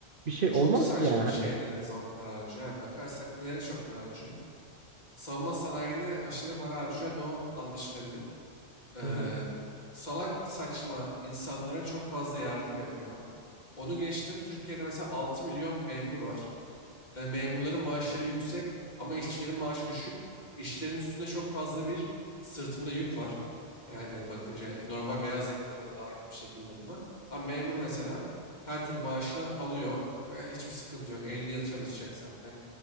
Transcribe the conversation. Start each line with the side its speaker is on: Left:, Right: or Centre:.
Right: bir şey
Left: çok
Right: olmaz
Left: saçma
Right: ki yani hani.
Left: şeylere zam para harcıyor. Yani bakarsak nelere çok para harcıyor. Savunma sanayine aşırı para harcıyor da o anlaşılabilir. eee,
Right: Hı hı.
Left: salak saçma insanlara çok fazla yardım yapıyor. Onu geçtim. Türkiye'de mesela 6 milyon memur var. E, memurların maaşları yüksek ama işçilerin maaşı düşük. İşçilerin üstünde çok fazla bir sırtında yük var. Yani bakınca e, normal beyaz yakaların da dahil bir şekilde buna. Ama memur mesela her türlü maaşını alıyor. ve hiçbir sıkıntı yok. 50 yıl çalışacak zaten.